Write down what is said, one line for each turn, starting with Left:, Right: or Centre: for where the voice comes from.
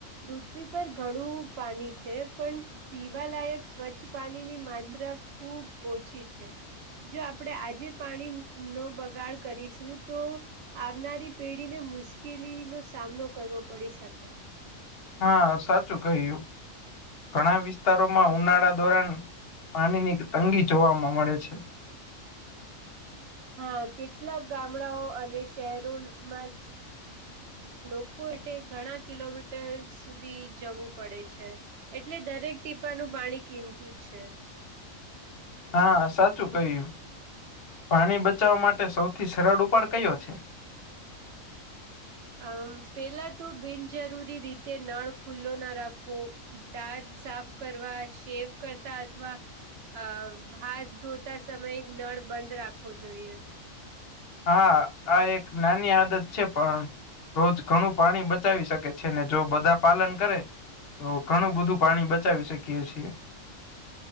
Right: પૃથ્વી પર ઘણું પાણી છે પણ પીવાલાયક સ્વચ્છ પાણની માત્રા ખુબ ઓછી છે. જો આપણેે આજે પાણીનો બગાડ કરીશું તો આવનારી પેઢીને મુશ્કેલીનો સામનો કરવો પડી શકે.
Left: હા, સાચું કહ્યું. ઘણા વિસ્તારોમાં ઉનાળા ધોરણ પાણીની તંગી જોવા મળે છે.
Right: હા કેટલાક ગામડાઓ અને શહેરોમાં લોકો એટ ઘણા કિલોમીટર સુધી જવું પડે છે. એટલે દરેક ટીપાનું પાણી કિંમતી જ છે.
Left: હા સાચું કહ્યું, પાણી બચાવા માટે સૌથી સરળ ઉપાડ કયો છે?
Right: અ પેલાં તો બિનજરૂરી રીતે નળ ખુલ્લો ના રાખવો. દાંત સાફ કરવા, શેવ કરતા અથવા અ હાથ ધોતા સમયે નળ બંધ રાખવો જોઈએ.
Left: હા આ એક નાની આદત છે પણ રોજ ઘણું પાણી બચાવી શકે છે ને જો બધા પાલન કરે તો ઘણું બધું પાણી બચાવી શકીએ છીએ.